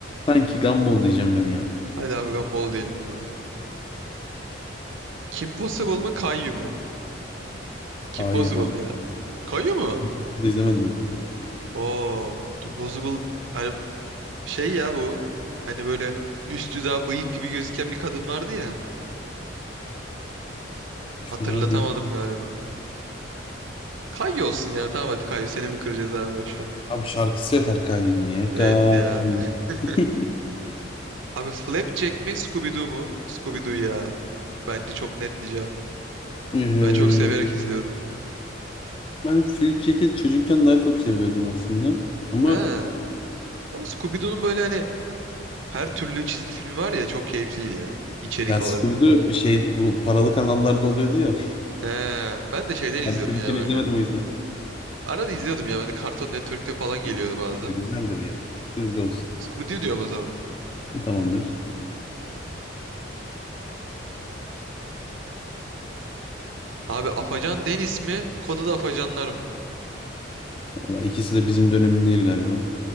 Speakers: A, on the left; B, on the right.
A: Sanki Gumball diyeceğim ben ya.
B: Hadi abi Gumball diyelim o zaman. Kim Possible mı Caillou mu?
A: Kayı
B: Kim Possible
A: abi.
B: ya. Caillou mu?
A: Bunu da izlemedim ben.
B: Oo. Kim Possible hani şey ya bu. Hani böyle üstü daha bıyık gibi gözüken bir kadın vardı ya.
A: Üstü
B: Hatırlatamadım
A: daha bıyık.
B: galiba. Caillou olsun ya. Tamam hadi Caillou seni mi kıracağız abi boş ver.
A: Abi şarkısı yeter Kayı'nın ya.
B: Evet
A: Kayı.
B: ya. <laughs>
A: <laughs>
B: Abi Flapjack mi Scooby-Doo mu? Scooby-Doo ya. Bence çok net bir cevap.
A: Eee,
B: Ben çok severek izliyordum.
A: ben Flip Jack'i çocukken daha çok seviyordum aslında. Ama
B: He. Ama Scooby-Doo'nun böyle hani her türlü çizgi filmi var ya çok keyifliydi ya. İçerik
A: ya
B: olarak.
A: Scooby-Doo şey bu paralı kanallarda oluyordu ya.
B: He. Ben de şeyden izliyordum
A: Ben çocukken
B: ya böyle.
A: izlemedim o yüzden.
B: Arada izliyordum ya. Ben de Cartoon Network'te falan geliyordu
A: E,
B: bazen.
A: bu da güzeldir ya. Scooby-Doo olsun.
B: Scooby-Doo diyorum o zaman.
A: Tamamdır.
B: Abi Afacan Deniz mi? Koda'da Afacanlar mı?
A: Valla ikisi de bizim dönemin değil galiba.